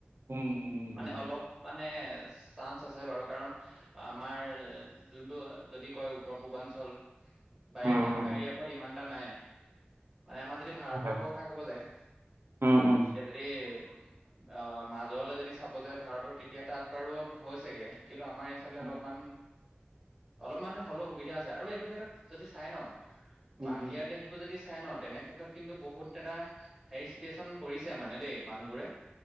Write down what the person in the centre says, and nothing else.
মানে
অলপ। মানে চান্স আছে বাৰু কাৰণ আমাৰ- যোনটো যদি কয় উত্তৰ পূৰ্বাঞ্চল বা
এনেকুৱা এৰিয়া। ইমান এটা নাই মানে আমাৰ যদি ভাৰতবৰ্ষৰ
কথা কব যায়-
এতিয়া যদি- অহ মাজলৈ যদি চাব যায় ভাৰতৰ তেতিয়া তাত বাৰু ভয় চাগে কিন্তু আমাৰ এইফালে
অলপমান-
অলপমান হ'লেও সুবিধা আছে আৰু এইটো ক্ষেত্ৰত যদি চাই ন।
বাহিৰা
দেশবোৰ যদি চাই ন তেনেক্ষেত্ৰত কিন্তু বহুত এটা- হেৰি চিটুৱেচন কৰিছে মানে দেই মানুহবোৰে।